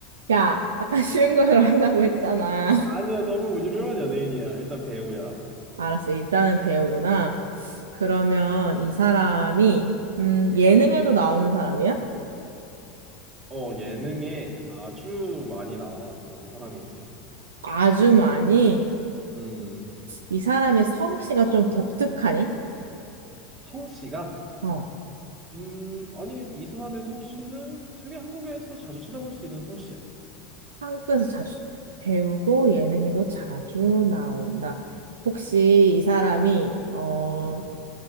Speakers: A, on the right; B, on the right.
A: 야, 아까 쉬운 걸로 <laughs> 하자고 했잖아. <laughs>
B: 아니야, 너무 유명한 연예인이야. 일단 배우야.
A: 알았어. 일단은 배우구나. 그러면 이 사람이, 음, 예능에도 나오는 사람이야?
B: 어, 예능에 아주 많이 나왔던 사람이지.
A: 아주 많이.
B: 음,
A: 이 사람의 성씨가 좀 독특하니?
B: 성씨가
A: 어,
B: 음, 아니, 이 사람의 성씨는 되게 한국에서 자주 찾아볼 수 있는 성씨야.
A: 한국에서 자주 배우고 예능에도 자주 나온다. 혹시 이 사람이, 어,
B: 음.